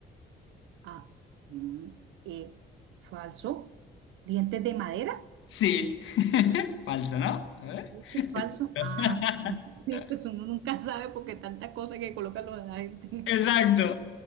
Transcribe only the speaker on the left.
Sí. <laughs> Falso, ¿no? A ver.
<laughs>
Exacto.